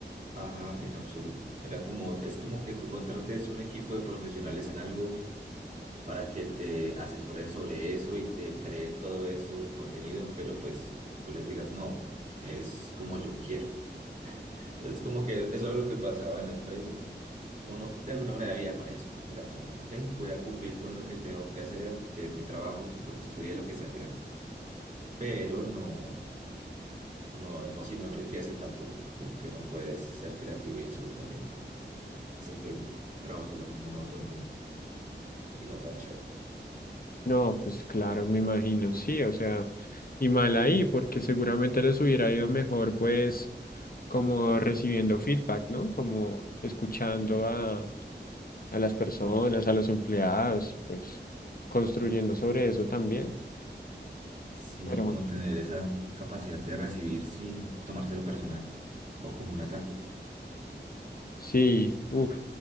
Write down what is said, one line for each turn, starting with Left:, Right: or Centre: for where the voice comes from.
Right: Ajá, en absoluto. Era como, es como que tú contrates un equipo de profesionales en algo para que te asesoren sobre eso y te creen todo eso contenido, pero pues tú les digas, no, es como yo quiero. Entonces, como que eso era lo que pasaba en la empresa. Uno de alguna manera vivía con eso. Era como, ok, voy a cumplir con lo que tengo que hacer, que es mi trabajo, lo que estudié, lo que sé hacer, pero no, no, no, si no enriquece tampoco, como que no puedes ser creativo y eso también hace que un trabajo sea muy monótono y, y no tan chévere.
Left: No, pues claro, me imagino, sí, o sea, y mal ahí, porque seguramente les hubiera ido mejor, pues, como recibiendo feedback, ¿no? Como escuchando a, a las personas, a los empleados, y pues construyendo sobre eso también.
Right: Sí,
Left: Pero
Right: como
Left: bueno,
Right: tener esa capacidad de recibir sin tomárselo personal o como un ataque.
Left: sí, uff,